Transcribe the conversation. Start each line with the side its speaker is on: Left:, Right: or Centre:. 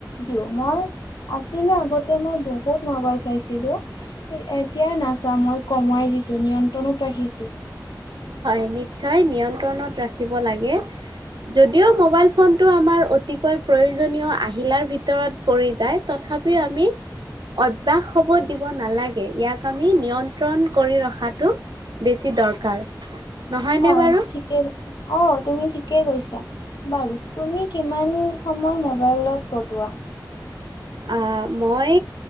Left: দিওঁ, মই আছিলে আগত আগতে মই বহুত ম'বাইল চাইছিলোঁ, এতিয়া নাচাওঁ, মই কমাই দিছোঁ, নিয়ন্ত্ৰণত ৰাখ ৰাখিছোঁ।
Right: হয় নিশ্চয়, নিয়ন্ত্ৰণত ৰাখিব লাগে, যদিও ম'বাইল ফোনটো আমাৰ অতিকৈ প্ৰয়োজনীয় আহিলাৰ ভিতৰত পৰি যায়, তথাপিও আমি অভ্যাস হ'ব দিব নালাগে, ইয়াক আমি নিয়ন্ত্ৰণ কৰি ৰখাটো বেছি দৰকাৰ। নহয়নে
Left: হয়
Right: বাৰু?
Left: ঠিকেই, অ', তুমি ঠিকেই কৈছা, বাৰু তুমি কিমান সময় ম'বাইলত কটোৱা?
Right: আ মই